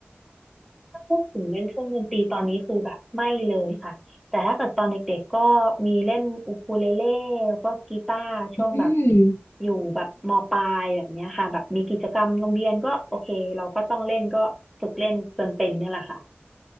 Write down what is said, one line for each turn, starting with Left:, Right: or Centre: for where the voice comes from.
Centre: ถ้าพูดถึงเล่นเครื่องดนตรีตอนนี้คือแบบไม่เลยค่ะแต่ถ้าเกิดตอนเด็กๆก็มีเล่นอูคูเลเล่แล้วก็กีตาร์ช่วงแบบ
Left: อืม
Centre: อยู่แบบมปลายแบบเนี้ยค่ะแบบมีกิจกรรมโรงเรียนก็โอเคเราก็ต้องเล่นก็ฝึกเล่นจนเป็นเนี่ยแหละค่ะ